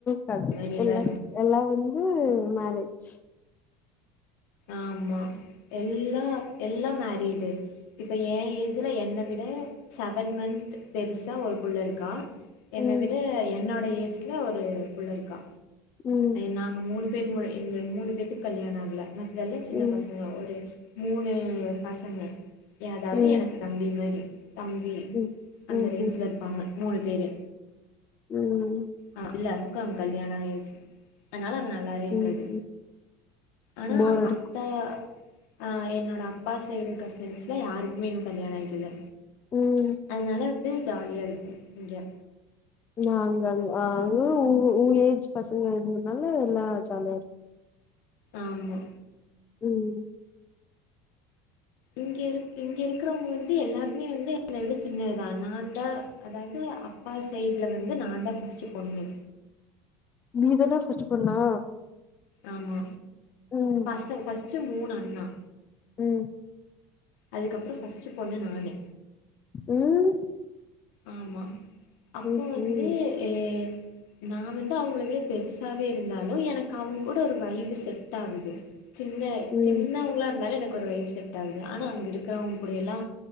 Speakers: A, on the left; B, on the left.
A: கட
B: மாரி
A: எல்லா
B: இருக்கு
A: எல்லா வந்து மேரேஜ்
B: ஆமா எல்லா எல்லா மேரிடு இப்ப ஏ ஏஜ்ல என்ன விட செவன் மந்த் பெருசா ஒரு புள்ளருக்கா என்ன
A: ம்
B: விட என்னோட ஏஜ்ல ஒரு புள்ளருக்கா
A: ம்
B: நாங்க மூணு பேர் எங்க மூணு பேத்துக்கு கல்யாணோ ஆகல மத்ததெல்லா சின்ன
A: ம்
B: பசங்க ஒரு மூணு பசங்க ய அதாவது
A: ம்
B: எனக்கு தம்பி மாரி தம்பி
A: ம்
B: அந்த
A: ம்
B: ரேஞ்ச்லருப்பாங்க மூணு பேரு
A: ம் ம்
B: ஆ இல்ல எல்லாத்துக்கு கல்யாணோ ஆயாச்சு அனால அங்க நல்லாவே இருக்காது
A: ம் ம்
B: ஆனா
A: போர் அடிக்கு
B: அத்த ஆ என்னோட அப்பா சைடு கசின்ஸலா யாருக்குமே இன்னு கல்யாணோ ஆய்க்கல
A: ம்
B: அதனால வந்து ஜாலியா இருக்கு இங்க
A: நா அங்கங்க அ உ உங்க ஏஜ் பசங்க இருந்தனால நல்லா ஜாலியாருக்
B: ஆமா
A: ம்
B: இங்க இரு இங்க இருக்கிறவங்க வந்து எல்லாருமே வந்து என்ன விட சின்னதுதா நா தா அதாவது அக் அப்பா சைட்ல வந்து நா தா ஃபஸ்ட்டு பொண்ணு
A: நீதானா பஸ்ட்டு பொண்ணா
B: ஆமா
A: ம்
B: பசங் ஃபஸ்ட்டு மூணு அண்ணா
A: ம்
B: அதுக்கப்றோ ஃபஸ்ட்டு பொண்ணு நானு
A: ம்
B: ஆமா அப்போ
A: ம்ஹும்
B: வந்து
A: ம்
B: ஏ நா வந்து அவங்கள விட பெருசாவே இருந்தாலு எனக்கு அவங்க கூட ஒரு வைபு செட் ஆகுது சின்ன
A: ம்
B: சின்னவங்களா இருந்தாலு எனக்கு ஒரு வைப் செட் டாவுது ஆனா அங்க இருக்கிறவங்க கூட எல்லா